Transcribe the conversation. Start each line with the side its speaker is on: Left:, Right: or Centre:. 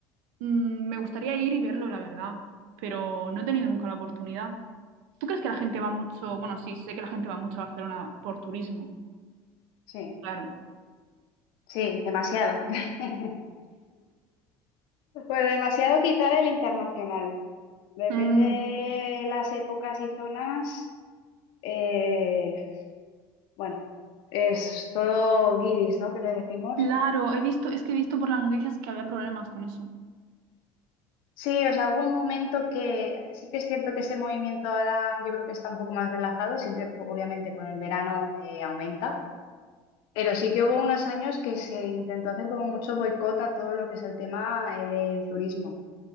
Right: Mm, me gustaría ir y verlo, la verdad, pero no he tenido nunca la oportunidad. ¿Tú crees que la gente va mucho? Bueno, sí, sé que la gente va mucho a Barcelona por turismo,
Left: Sí,
Right: claro.
Left: sí, demasiado. <laughs> Bueno, demasiado quizá del internacional. Depende
Right: Mm,
Left: las épocas y zonas. eh, bueno, es todo guiris, ¿no? Que le decimos.
Right: claro, he visto, es que he visto por las noticias que había problemas con eso.
Left: Sí, o sea, hubo un momento que sí que es cierto que ese movimiento ahora yo creo que está un poco más relajado, siempre obviamente con el verano eh, aumenta, pero sí que hubo unos años que se intentó hacer como mucho boicot a todo lo que es el tema eh, del turismo.